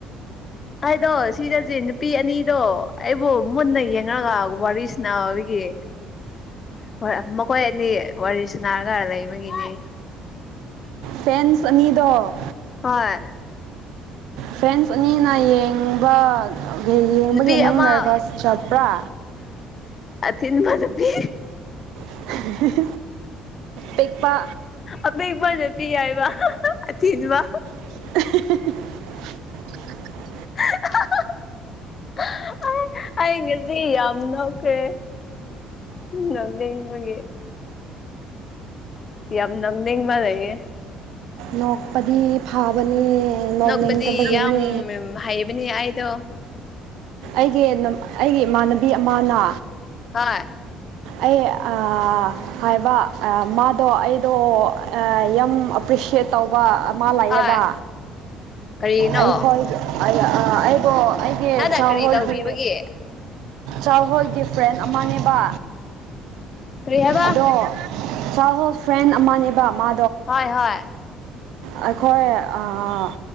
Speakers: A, on the left; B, on the right.
A: ꯑꯩꯗꯣ ꯁꯤꯗꯖꯤ ꯅꯨꯄꯤ ꯑꯅꯤꯗꯣ ꯑꯩꯕꯨ ꯃꯨꯟꯅ ꯌꯦꯡꯉꯒꯥ ꯋꯥꯔꯤꯁꯅꯥꯕꯒꯤ ꯍꯣꯏ ꯃꯈꯣꯏ ꯑꯅꯤ ꯋꯥꯔꯤꯁꯅ ꯀꯔ ꯂꯩꯕꯒꯤꯅꯦ
B: ꯐꯦꯟꯁ ꯑꯅꯤꯗꯣ
A: ꯍꯣꯏ
B: ꯐ꯭ꯔꯦꯟꯁ ꯑꯅꯤꯅ ꯌꯦꯡꯕ ꯑꯣꯈꯦ ꯌꯦꯡꯕꯒꯤ
A: ꯅꯨꯄꯤ
B: ꯅꯪ
A: ꯑꯃ
B: ꯅꯥꯚ꯭ꯔꯁ ꯆꯠꯄ꯭ꯔꯥ
A: ꯊꯤꯟꯕ ꯅꯨꯄꯤ
B: <unintelligible> ꯄꯤꯛꯄ
A: ꯑꯄꯤꯛꯄ ꯅꯨꯄꯤ ꯍꯥꯏꯕ ꯑꯊꯤꯟꯕ
B: <unintelligible>
A: <unintelligible> ꯑꯩ ꯉꯁꯤ ꯌꯥꯝ ꯅꯣꯛꯈ꯭ꯔꯦ ꯎꯝ ꯅꯣꯛꯅꯤꯡꯕꯒꯤ ꯌꯥꯝ ꯅꯪꯅꯤꯡꯕ ꯂꯩꯑꯦ
B: ꯅꯣꯛꯄꯗꯤ ꯐꯥꯕꯅꯦ ꯅꯣꯛꯅꯤꯡꯗꯕꯒꯤꯅꯦ
A: ꯅꯣꯛꯄꯗꯤ ꯌꯥꯝ ꯍꯩꯕꯅꯦ ꯑꯩꯗꯣ
B: ꯑꯩꯒꯤ ꯅꯝ ꯑꯩꯒꯤ ꯏꯃꯥꯟꯅꯕꯤ ꯑꯃꯅꯥ
A: ꯍꯣꯏ
B: ꯑꯩ ꯑꯥ ꯍꯥꯏꯕ ꯑ ꯃꯥꯗꯣ ꯑꯩꯗꯣ ꯑ ꯌꯥꯝ ꯑꯄ꯭ꯔꯦ ꯑꯦꯄ꯭ꯔꯤꯁꯤꯌꯦꯠ ꯇꯧꯕ ꯑꯦꯄ꯭ꯔꯤ ꯃꯥ ꯂꯥꯛꯑꯦꯕ
A: ꯍꯣꯏ ꯀꯔꯤꯅꯣ
B: ꯑꯩꯈꯣꯏ ꯑꯩ ꯑ ꯑꯩꯕ‌ꯣ ꯑꯩꯒꯤ
A: ꯅꯪꯅ
B: ꯆꯥ
A: ꯀꯔꯤ
B: ꯍꯣꯏꯒꯤ
A: ꯇꯧꯕꯤꯕꯒꯤ
B: ꯆꯥ ꯍꯣꯏꯒꯤ ꯐ꯭ꯔꯦꯟ ꯑꯃꯅꯦꯕꯥ
A: ꯀꯔꯤ ꯍꯥꯏꯕ
B: ꯑꯗꯣ ꯆꯥꯏꯜ ꯍꯨꯗ ꯐ꯭ꯔꯦꯟ ꯑꯃꯅꯦꯕ ꯃꯥ
A: ꯍꯣꯏ ꯍꯣꯏ
B: ꯑꯩꯈꯣꯏ ꯑꯥꯥ